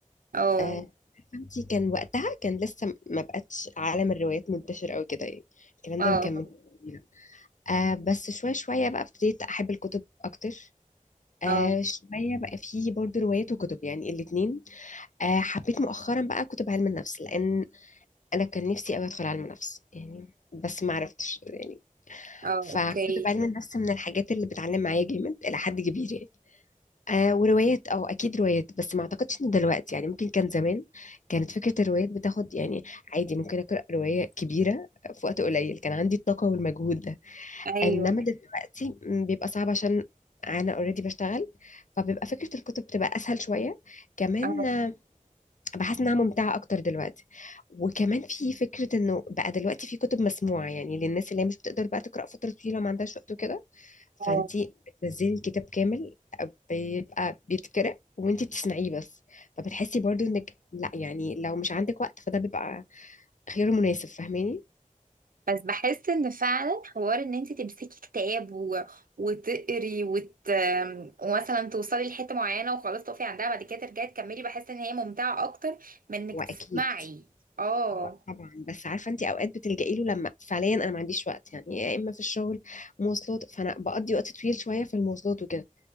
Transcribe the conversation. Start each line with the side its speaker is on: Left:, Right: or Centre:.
Right: اه
Left: آه، فهمتي كان وقتها كان لسه م- ما بقتش عالم الروايات منتشر قوي كده يعني الكلام
Right: اه
Left: ده ما كان من سنين. آه بس شويه شويه بقى ابتديت احب الكتب اكتر آه
Right: اه
Left: شويه بقى فيه برضو روايات وكتب يعني الاتنين آه حبيت مؤخرا بقى كتب علم النفس لان انا كان نفسي قوي ادخل علم نفس يعني بس ما عرفتش يعني
Right: اه
Left: فكتب
Right: أوكي
Left: علم النفس من الحاجات اللي بتعلم معايا جامد الى حد كبير يعني آه وروايات اه اكيد روايات بس ما اعتقدش ان دلوقتي يعني ممكن كان زمان كانت فكرة الروايات بتاخد يعني عادي ممكن اقرا رواية كبيرة في وقت قليل كان عندي الطاقة والمجهود ده
Right: أيوه
Left: انما دلوقتي م، بيبقى صعب عشان انا اوريدي بشتغل فبيبقى فكرة الكتب بتبقى اسهل شوية كمان
Right: اه
Left: آه، بحس انها ممتعة اكتر دلوقتي وكمان في فكرة انه بقى دلوقتي في كتب مسموعة يعني للناس اللي هي مش بتقدر بقى تقرا فترة طويلة وما عندهاش وقت وكده فانتي
Right: اه
Left: بتنزلي الكتاب كامل بيبقى بيتقرأ وانتي بتسمعيه بس فبتحسي برضو انك لا يعني لو مش عندك وقت فده بيبقى خيار مناسب فاهماني
Right: بس بحس ان فعلا حوار ان انت تمسكي كتاب و... وتقري وت... ومثلا توصلي لحته معينه وخلاص تقفي عندها بعد كده ترجعي تكملي بحس ان هي ممتعه اكتر من انك
Left: هو
Right: تسمعي
Left: اكيد
Right: اه
Left: هو طبعا بس عارفه انتي اوقات بتلجئي له لما فعليا انا ما عنديش وقت يعني يا اما في الشغل مواصلات فانا بقضي وقت طويل شويه في المواصلات وكده